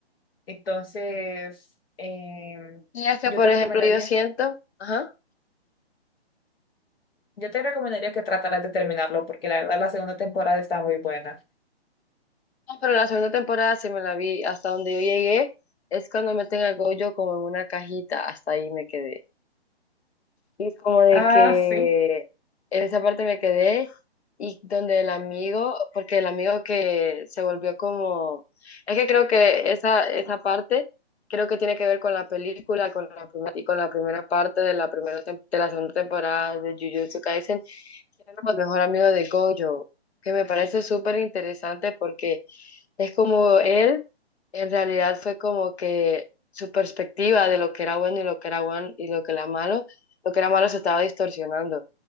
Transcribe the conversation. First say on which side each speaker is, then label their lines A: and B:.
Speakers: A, on the left; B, on the left.
A: Entonces, em,
B: Y es que,
A: yo
B: por
A: te recomendaría,
B: ejemplo, yo siento, ajá,
A: yo te recomendaría que trataras de terminarlo, porque la verdad la segunda temporada está muy buena.
B: no, pero la segunda temporada sí me la vi, hasta donde yo llegué, es cuando meten a Gojo como en una cajita, hasta ahí me quedé. Y como de
A: Ah,
B: que
A: sí.
B: en esa parte me quedé y donde el amigo, porque el amigo que se volvió como, es que creo que esa, esa parte creo que tiene que ver con la película con la primera, y con la primera parte de la primera tem- de la segunda temporada de Jujutsu Kaisen, que era como el mejor amigo de Gojo, que me parece súper interesante porque es como él, en realidad fue como que su perspectiva de lo que era bueno y lo que era bueno y lo que era malo, lo que era malo se estaba distorsionando.